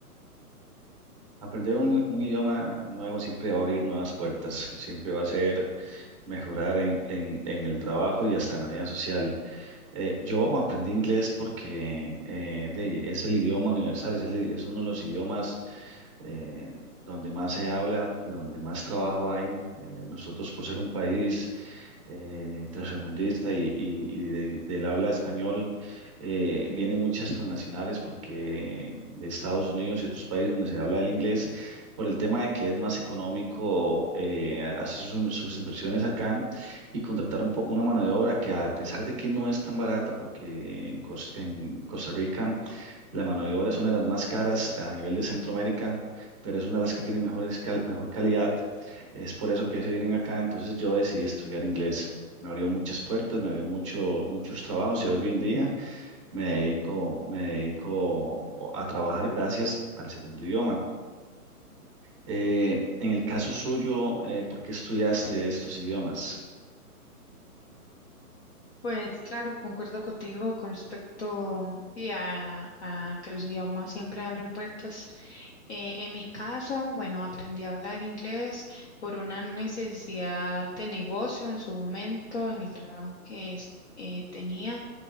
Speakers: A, on the right; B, on the left.
A: Aprender un, un idioma nuevo siempre va a abrir nuevas puertas, siempre va a ser mejorar en, en, en el trabajo y hasta en la vida social. Eh, yo aprendí inglés porque eh, de- es el idioma universal, es, el- es uno de los idiomas eh, donde más se habla y donde más trabajo hay. Eh, nosotros, por ser un país eh, tercermundista y, y- y de- del habla español, eh, vienen muchas transnacionales porque de Estados Unidos y otros países donde se habla el inglés, por el tema de que es más económico eh, hacer sus, sus inversiones acá y contratar un po- una mano de obra que a pesar de que no es tan barata, porque en Cos- en Costa Rica la mano de obra es una de las más caras a nivel de Centroamérica, pero es una de las que tiene mejores cal- mejor calidad. Es por eso que se vienen acá. Entonces yo decidí estudiar inglés. Me abrió muchas puertas, me abrió mucho, muchos trabajos y hoy en día me dedico, me dedico a trabajar gracias al segundo idioma. Eh, en el caso suyo, eh, ¿por qué estudiaste estos idiomas?
B: Pues claro, concuerdo contigo con respecto sí, a, a que los idiomas siempre abren puertas. Eh, en mi caso, bueno, aprendí a hablar inglés por una necesidad de negocio en su momento, en el trabajo que es- eh, tenía,